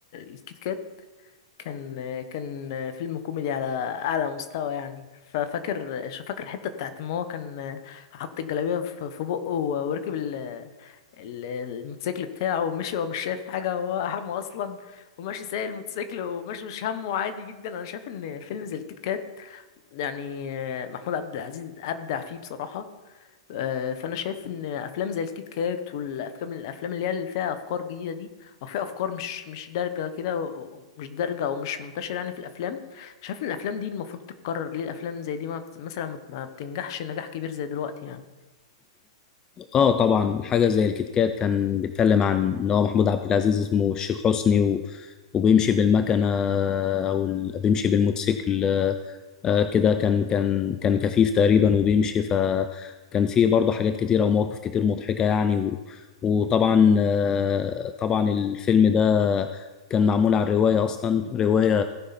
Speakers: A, on the left (about 55°); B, on the left (about 25°).
A: الكيت كات كان كان فيلم كوميدي على اعلى مستوى يعني ففاكر شو فاكر الحته بتاعت ما هو كان حط الجلابيه في في بقه وركب ال ال- الموتوسيكل بتاعه ومشي وهو مش شايف حاجه وهو همه اصلا وماشي سايق الموتوسيكل وماشي مش همه عادي جدا انا شايف ان فيلم زي الكيت كات يعني محمود عبد العزيز ابدع فيه بصراحه آه، فانا شايف ان افلام زي الكيت كات والافلام الافلام اللي هي اللي فيها افكار جديده دي او فيها افكار مش مش دارجه كده و- مش دارجه او مش منتشره يعني في الافلام شايف ان الافلام دي المفروض تتكرر ليه الافلام زي دي ما بت- مثلا ما ما بتنجحش نجاح كبير زي دلوقتي يعني
B: اه طبعا حاجه زي الكيت كات كان بيتكلم عن ان هو محمود عبد العزيز اسمه الشيخ حسني و... وبيمشي بالمكنه او ال... بيمشي بالموتوسيكل آه، آه، كده كان كان كان كفيف تقريبا وبيمشي فكان في برضه حاجات كتيره ومواقف كتير مضحكه يعني و... وطبعا آه، طبعا الفيلم ده كان معمول على الروايه اصلا روايه